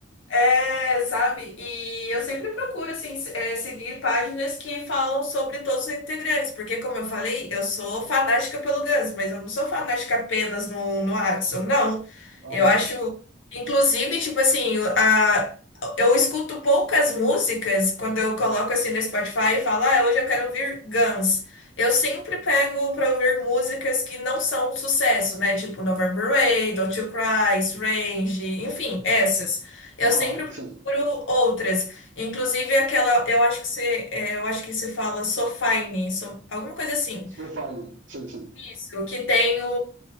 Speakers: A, on the left; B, on the right.
A: É, sabe? E eu sempre procuro, assim, se- é, seguir páginas que falam sobre todos os integrantes, porque, como eu falei, eu sou fanática pelo Guns, mas eu não sou fanática apenas no, no Axl, não.
B: Aham,
A: Eu acho, inclusive, tipo assim, o- a, eu escuto poucas músicas quando eu coloco, assim, no Spotify e falo, ah, hoje eu quero ouvir Guns. Eu sempre pego pra ouvir músicas que não são um sucesso, né? Tipo November Rain, Don't You Cry, Strange, enfim, essas.
B: aham,
A: Eu sempre procuro
B: sim.
A: outras. Inclusive aquela, eu acho que se, é, eu acho que se fala Sofine, so, alguma coisa assim.
B: Profile, sim, sim,
A: Isso, que tem o,